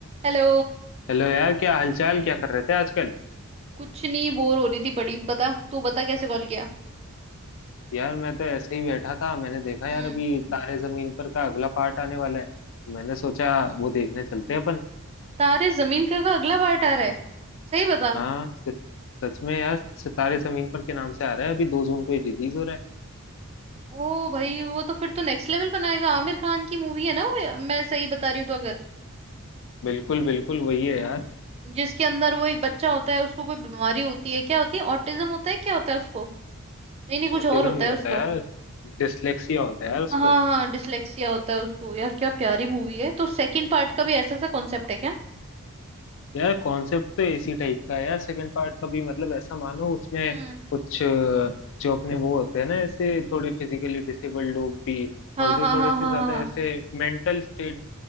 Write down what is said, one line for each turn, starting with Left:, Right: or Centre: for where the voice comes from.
Right: Hello
Left: हेलो यार क्या हालचाल क्या कर रहे थे आजकल
Right: कुछ नहीं bore हो रही थी बड़ी पता तू बता कैसे कॉल किया
Left: यार मैं तो ऐसे ही बैठा था मैंने देखा
Right: हम्म
Left: यार अभी तारे जमीन पर का अगला पार्ट आने वाला है मैंने सोचा वो देखने चलते हैं अपन
Right: तारे जमीन का का अगला पार्ट आ रहा है सही बता
Left: हाँ सच सच में यार सितारे जमीन पर के नाम से आ रहा है अभी दो जून को ही रिलीज हो रहा है
Right: ओ भाई वो तो फिर तो नेक्स्ट लेवल बनाएगा आमिर खान की मूवी है ना वो मैं सही बता रही हूँ तो अगर
Left: बिल्कुल बिल्कुल वही है यार
Right: जिसके अंदर वो एक बच्चा होता है उसको कोई बीमारी होती है क्या होती है ऑटिज्म होता है क्या होता है उसको नहीं नहीं कुछ
Left: ऑटिज्म
Right: और होता
Left: नहीं
Right: है
Left: होता
Right: उसको
Left: यार डिसलेक्सिया होता है यार उसको
Right: हाँ हाँ डिसलेक्सिया होता है उसको यार क्या प्यारी मूवी है तो सेकंड पार्ट का भी ऐसा सा कॉन्सेप्ट है क्या
Left: यार कॉन्सेप्ट तो एसी टाइप का है यार सेकंड पार्ट का भी मतलब ऐसा मानो उसमें
Right: हम्म
Left: कुछ अ, जो अपने वो होते हैं ना ऐसे थोड़े फिजिकली डिसेबल्ड लोग भी
Right: हाँ
Left: और जो
Right: हाँ
Left: थोड़े
Right: हाँ
Left: से
Right: हाँ
Left: ज्यादा
Right: हाँ हाँ।
Left: ऐसे मेंटल स्टेट